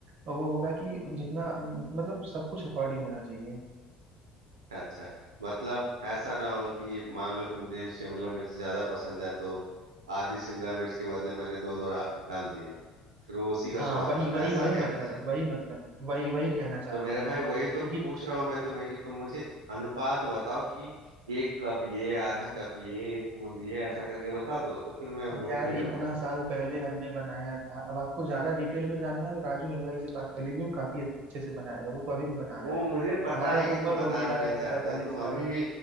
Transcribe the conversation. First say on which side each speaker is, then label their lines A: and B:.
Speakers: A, on the right (about 55°); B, on the right (about 80°).
A: वो होगा कि जितना मतलब सब कुछ अकॉर्डिंग होना चाहिए
B: अच्छा मतलब ऐसा ना हो कि मान लो कि मुझे शिमला मिर्च ज्यादा पसंद है तो आधी शिमला मिर्च के बदले मैंने दो दो रा- डाल दिए फिर वो उसी का
A: हाँ
B: स्वाद
A: वही
B: आ रहा
A: वही
B: है ऐसा
A: वही
B: कहना
A: मतलब
B: चाह
A: है
B: रहे हो?
A: वही मतलब वही वही कहना चाह
B: तो
A: रहा
B: मेरे
A: हूँ
B: भाई
A: मैं क्योंकि
B: वही तो पूछ रहा हूँ मैं तुम्हें कि तुम मुझे अनुपात बताओ कि एक कप ये आधा कप ये एक बूंद ये ऐसा करके बता दो तो फिर मैं
A: अब
B: वो
A: यार
B: लिख ले
A: इतना
B: रहा हूँ अभी
A: साल पहले हमने बनाया था अब आपको ज्यादा डिटेल में जानना है तो राजू हलवाई से बात कर लीजिए वो काफी अच्छे से बनाएगा वो तो अभी भी बना
B: वो
A: रहा है
B: मुझे पता
A: हमारा
B: है कि
A: तो उम्र
B: तुम बताना
A: हो गया
B: नहीं
A: है
B: चाहते
A: पैंतालीस
B: हो तुम
A: साल
B: अभी भी